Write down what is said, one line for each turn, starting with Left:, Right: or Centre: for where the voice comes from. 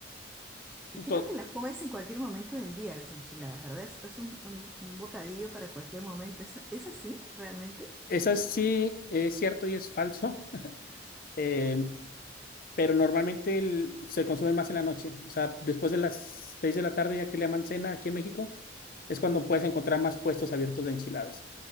Centre: Y
Left: Entonces,
Centre: creo que las comes en cualquier momento del día, las enchiladas, ¿verdad? Es, es un, un- un bocadillo para cualquier momento. ¿Es, es así realmente?
Left: eso sí es cierto y es falso. Eh, pero normalmente el- se consume más en la noche. O sea, después de las 6 de la tarde, ya que le llaman cena aquí en México, es cuando puedes encontrar más puestos abiertos de enchiladas.